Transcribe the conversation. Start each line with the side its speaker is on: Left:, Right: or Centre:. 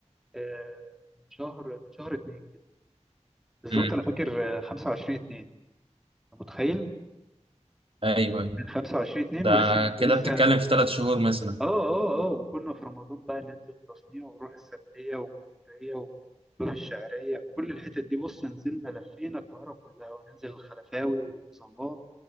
Centre: آه من شهر من شهر اتنين كده بالظبط
Right: ايه؟ امم
Centre: انا فاكر آه، 25 2 انت متخيل
Right: ايوه ايوه
Centre: من 25 2
Right: ده
Centre: ولسه
Right: كده
Centre: ولسه
Right: بتتكلم في ثلاث شهور مثلا
Centre: اه اه اه وكنا في رمضان بقى ننزل تصنيع ونروح السبتية والجمهورية والباب الشعرية كل الحتت دي بص نزلنا لفينا القاهرة كلها وننزل الخلفاوي والمظلات